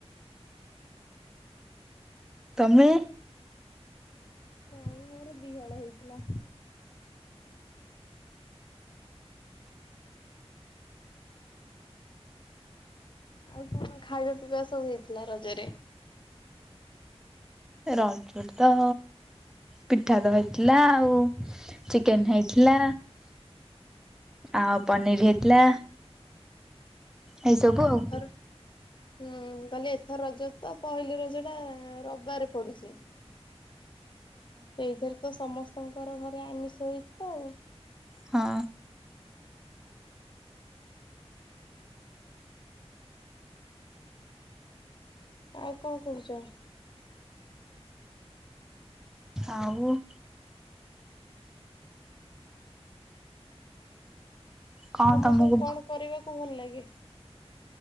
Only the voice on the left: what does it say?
ନାଇଁ ମୋର ଦି ହଳ ହେଇଥିଲା। ଆଉ କଣ ଖାଇବା ପିଇବା ସବୁ ହେଇଥିଲା ରଜରେ?
ହଁ
ଏଥର
ହୁଁ କାଲି ଏଥର ରଜ ତ ପହିଲି ରଜ ଟା ରବାରେ ପଡ଼ୁଛି। ଏଇଥର ତ ସମସ୍ତଙ୍କର ଘରେ ଆମିଷ ହୋଇଥିବ ଆଉ।
ଆଉ କଣ କହୁଛ?
ତମୁକୁ
ସବୁ କଣ କରିବାକୁ ଭଲ ଲାଗେ?